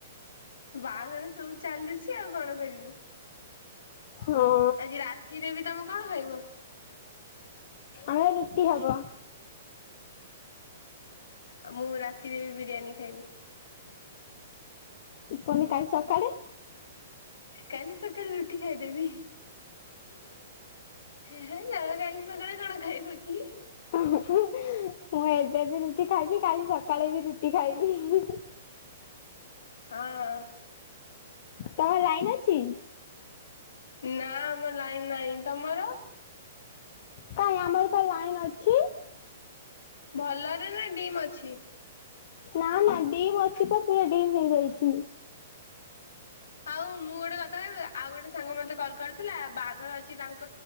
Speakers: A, on the left (about 85°); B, on the left (about 55°).
A: ବାହାଘର ସବୁ ଚାଲୁଛି ଆଉ କଣ କରିବୁ
B: ହଁ
A: ଆଜି ରାତି। ରାତିରେ ବି ତୁମେ କଣ ଖାଇବ।
B: ଆମର ରୁଟି ହେବ।
A: ଆଉ ମୁଁ ରାତିରେ ବି ବିରିୟାନୀ ଖାଇବି।
B: କନି କାଲି ସକାଳେ।
A: କାଲି ସକାଳେ ରୁଟି ଖାଇଦେବି। ହେ ହେ ନା ନା କାଲିସକାଳେ କଣ ଖାଇବୁ କି?
B: ମୁଁ ଏବେ ବି ରୁଟି ଖାଇବି କାଲି ସକାଳେ ବି ରୁଟି ଖାଇବି।
A: ହଁ।
B: ତମର ଲାଇନ ଅଛି?
A: ନା ଆମର ଲାଇନ ନାହିଁ ତମର?
B: କାଇଁ ଆମର ପା ଲାଇନ୍ ଅଛି।
A: ଭଲରେ ନା ଡିମ୍ ଅଛି?
B: ନା ନା ଡିମ୍ ଅଛି ପା ପୁରା ଡିମ୍ ହେଇଯାଇଛି।
A: ଆଉ ମୁଁ ଗୋଟେ କଥା କହିବି ଆଉ ଗୋଟେ ସାଙ୍ଗ ମତେ କଲ କରି ଥିଲା ବାହାଘର ଅଛି ତାଙ୍କ